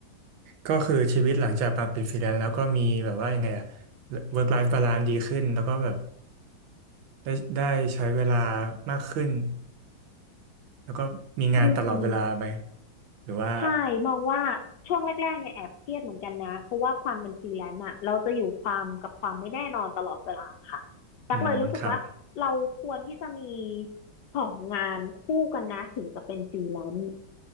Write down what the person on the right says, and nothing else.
ก็คือชีวิตหลังจากมาเป็นฟรีแลนซ์แล้วก็มีแบบว่ายังไงอะ work life balance ดีขึ้นแล้วก็แบบได้ได้ใช้เวลามากขึ้นแล้วก็มีงานตลอดเวลาไหม
หรือว่า
อืมครับ